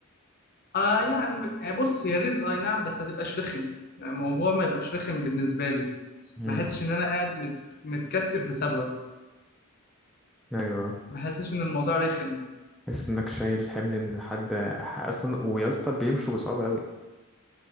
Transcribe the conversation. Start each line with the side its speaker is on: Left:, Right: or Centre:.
Left: اه يعني بص هي رزق اي نعم بس ما تبقاش رخم يعني الموضوع ما يبقاش رخم بالنسبه لي
Centre: مم.
Left: ما احسش ان انا قاعد مت... متكتف بسببك
Centre: أيوه
Left: ما احسش ان الموضوع رخم
Centre: تحس إنك شايل حمل إن حد ح- أصلا ويا اسطى بيمشوا بصعوبة أوي